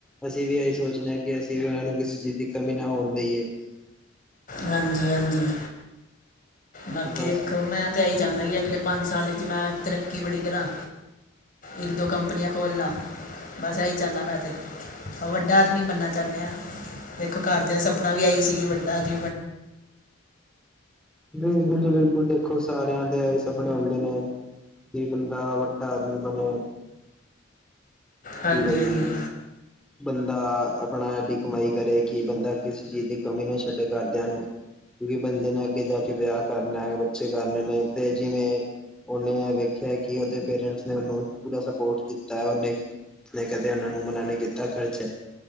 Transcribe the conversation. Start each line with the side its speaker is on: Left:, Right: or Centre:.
Centre: ਅਸੀਂ ਵੀ <unintelligible> ਸੋਚਨੇ ਆਂ ਕਿ ਅਸੀਂ ਵੀ ਓਨਾਂ ਨੂੰ ਕਿਸੇ ਚੀਜ਼ ਦੀ ਕਮੀ ਨਾ ਹੋਣ ਦਈਏ।
Left: ਹਾਂਜੀ-ਹਾਂਜੀ ਬਾਕੀ
Centre: ਬਸ
Left: ਦੇਖੋ ਮੈਂ ਤਾਂ ਐ ਈ ਚਾਨਾ ਕੀ ਅਗਲੇ ਪੰਜ ਸਾਲ ਵਿੱਚ ਮੈਂ ਤਰੱਕੀ ਬੜੀ ਕਰਾਂ। ਇੱਕ ਦੋ ਕੰਪਨੀਆਂ ਖੋਲ ਲਾ। ਬਸ ਐ ਈ ਚਾਨਾ ਮੈਂ ਤੇ ਵੱਡਾ ਆਦਮੀ ਬਣਨਾ ਚਾਨੇ ਆਂ। ਦੇਖੋ ਘਰਦਿਆਂ ਸਪਨਾ ਵੀ ਆਈ ਸੀਗੀ ਵੱਡਾ ਜ
Centre: ਬਿਲਕੁੱਲ ਜੀ ਬਿਲਕੁੱਲ ਦੇਖੋ ਸਾਰਿਆਂ ਦੇ ਆਈ ਸਪਨੇ ਹੁੰਦੇ ਨੇ। ਕੀ ਬੰਦਾ ਵੱਡਾ ਆਦਮੀ ਬਣੇ।
Left: ਹਾਂਜੀ-ਹਾਂਜੀ
Centre: ਕਿ ਬਈ ਬੰਦਾ ਅਪਣਾ ਐਡੀ ਕਮਾਈ ਕਰੇ ਕਿ ਬੰਦਾ ਕਿਸੇ ਚੀਜ਼ ਦੀ ਕਮੀ ਨਾ ਛੱਡੇ ਘਰਦਿਆਂ ਨੂੰ। ਕਿਉਂਕਿ ਬੰਦੇ ਨੇ ਅੱਗੇ ਜਾ ਕੇ ਵਿਆਹ ਕਰਨਾ ਐ ਬੱਚੇ ਕਰਨੇ ਨੇ ਤੇ ਜਿਵੇਂ ਓਨੀ ਐ ਵੇਖਿਆ ਕਿ ਔਦੇ ਪੇਰੈਂਟਸ ਨੇ ਔਨੂੰ ਪੂਰਾ ਸਪੋਰਟ ਦਿੱਤਾ ਐ। ਔਨੇ ਨੇ ਕਦੇ ਔਨਾਂ ਨੂੰ ਮਨਾ ਨੀ ਕੀਤਾ ਖਰਚਾ